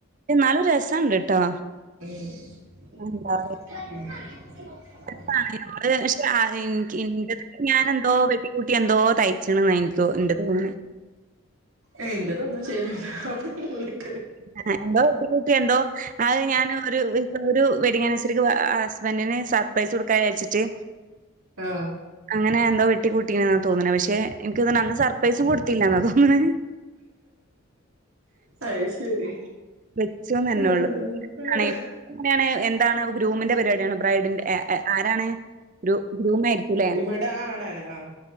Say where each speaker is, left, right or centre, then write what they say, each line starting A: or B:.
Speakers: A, on the right; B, on the right.
A: എന്നാലും രസണ്ട് ട്ടോ
B: ഉം <unintelligible>
A: എന്താ <unintelligible> ഞാൻ എന്തോ വെട്ടിക്കൂട്ടി എന്തോ തയ്ച്ണ്ന്നാ ഇൻ തോ ഇന്റെതോന്ന്ണ്
B: ഏയ് ഇന്റെതൊന്നും ചെയ്തില്ല <unintelligible>
A: <unintelligible> ട്ടി കൂട്ടി എന്തോ അത് ഞാൻ ഒരു ഇപ്പൊ ഒരു വെഡിങ് അണിവേഴ്സറിക്ക് ആസ്ബന്റിന് സർ പൈസ കൊടുക്കാ വിചാര്ച്ചിട്ട്
B: ആഹ്
A: അങ്ങനെ എന്തോ വെട്ടി കൂട്ടീന്നാ തോന്നേണെ പഷേ എൻക്കോന്ന്ണ് സർപ്രൈസും കൊടുത്തില്ലന്നാ തോന്നണേ
B: അയ് ശെരി
A: വെച്ചുന്നെന്നെ
B: <unintelligible>
A: ഒള്ളു. ആണെ എങ്ങനെയാണ് എന്താണ് ഗ്രൂമിന്റെ പരിപാടിയാണ് ബ്രൈഡിന്റെ എ ഏഹ് ആരാണ് ഗ്രു ഗ്രൂമേയിരികുല്ലേ?
B: ഇവിടെ ആണാണ് ആഹ്